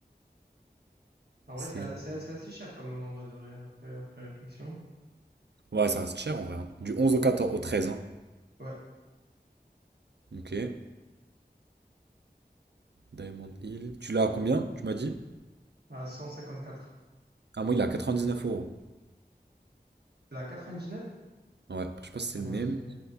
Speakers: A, on the right; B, on the right.
A: En vrai,
B: c'est...
A: c'est a- c'est a- c'est assez cher quand même, en vrai, de vrai, après, après réflexion.
B: Ouais, ça reste cher en vrai. hein. Du 11 au 14, au 13. Hein.
A: Ouais,
B: Ok. Diamond Hill. Tu l'as à combien, tu m'as dit?
A: à 154.
B: Ah, moi, il est à 99 euros.
A: La quatre-vingt neuf?
B: Ouais, je sais pas si c'est
A: Ah
B: le
A: non,
B: même.
A: c'est...